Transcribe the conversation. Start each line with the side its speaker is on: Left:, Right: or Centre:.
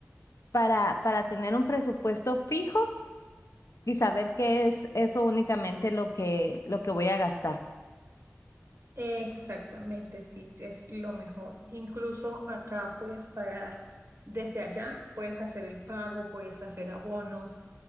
Left: Para, para tener un presupuesto fijo y saber que es eso únicamente lo que, lo que voy a gastar.
Right: Exactamente, sí, es lo mejor. Incluso acá puedes pagar desde allá, puedes hacer el pago, puedes hacer abonos.